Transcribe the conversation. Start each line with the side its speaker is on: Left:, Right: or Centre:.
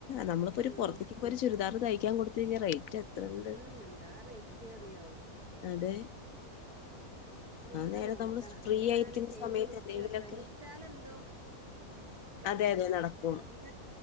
Left: നമ്മളിപ്പോ ഒരു
Right: ഉം
Left: പുറത്തിക്ക്പ്പോര് ചുരിദാർ തയ്ക്കാ കൊടുത്ത് കഴിഞ്ഞാ റേറ്റ് എത്രണ്ട്
Right: ഉം എന്താ റേറ്റ് അറിയോ
Left: അതെ
Right: ഉ ചെയ്ത്
Left: ആ നേരം
Right: നോക്കണ
Left: നമ്മള് ഫ്രീ
Right: എല്ലും
Left: ആയിരിക്കുന്ന
Right: വേണല്ലോ ചെയ്ത്
Left: സമയത്ത്
Right: നോക്കാ
Left: എന്തെങ്കിലൊക്കെ
Right: ശ്രമിച്ചാലന്തും കയ്യോ
Left: അതെ അതെ നടക്കും
Right: <unintelligible> ഒന്ന്